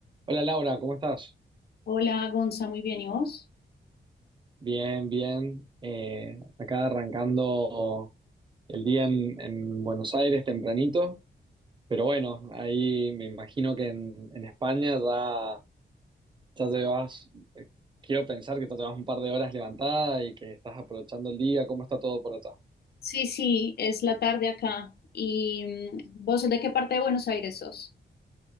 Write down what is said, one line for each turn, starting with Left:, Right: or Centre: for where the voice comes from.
Right: Hola Laura, ¿cómo estás?
Left: Hola, Gonza, muy bien, ¿y vos?
Right: Bien, bien. Eh, acá arrancando el día en, en Buenos Aires tempranito, pero bueno, ahí me imagino que en, en España ya, ya te vas, eh, quiero pensar que ya te vas un par de horas levantada y que estás aprovechando el día. ¿Cómo está todo por allá?
Left: Sí, sí, es la tarde acá. ¿Y mm, vos de qué parte de Buenos Aires sos?